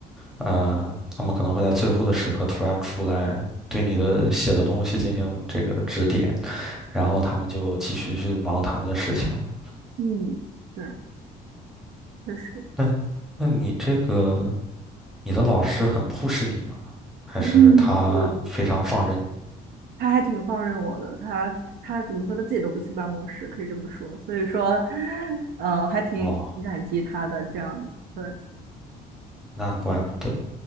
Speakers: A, in the centre; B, on the right.
A: 呃，他们可能会在最后的时刻突然出来对你的写的东西进行这个指点，然后他们就继续去忙他们的事情了。
B: 嗯对，确实，
A: 那那你这个你的老师很 push 你吗？还是他非常放任你？
B: 嗯，嗯，他还挺放任我的，他他怎么说，他自己都不去办公室，可以这么说，所以说，<laughs> 呃，还挺挺感激他的这样，
A: 哦，
B: 对，
A: 那怪不得。